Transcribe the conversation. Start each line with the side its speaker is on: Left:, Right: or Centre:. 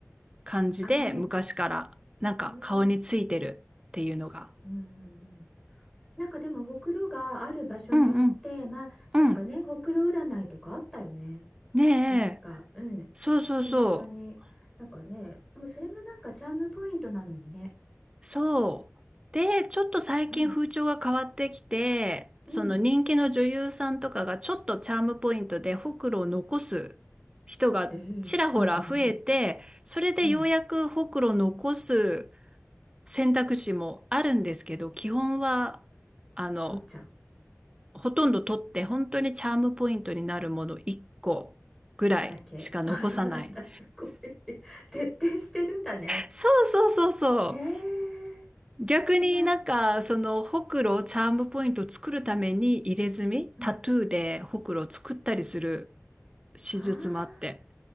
Right: 感じで昔からなんか顔についてるっていうのが。
Centre: あ、何、うーん。うんうんうんなんかでも、ほくろがある場所によって、
Right: うんうん
Centre: まあ、
Right: うん。
Centre: なんかね、ほくろ占いとかあったよね。
Right: ねえ
Centre: 確か、うん、
Right: そうそうそう。
Centre: 口元になんかね、でもそれもなんかチャームポイントなのにね、
Right: そう。で、ちょっと最近風潮が変わってきて、
Centre: うん、うん、
Right: その人気の女優さんとかがちょっとチャームポイントでほくろを残す人がちらほら増えて、
Centre: ええうんうんうん、
Right: それでようやくほくろを残す
Centre: うん、
Right: 選択肢もあるんですけど、基本は、あの、
Centre: 取っちゃう
Right: ほとんど取って本当にチャームポイントになるもの1個ぐらいしか残さない。
Centre: だけ。<laughs> あ、そうなんだ、すごい。<laughs> 徹底してるんだね。
Right: そうそうそうそう。
Centre: ええさすが。
Right: 逆になんかそのほくろをチャームポイントを作るために入れ墨タトゥーでほくろを作ったりする
Centre: うん、
Right: 手術もあって
Centre: ああ、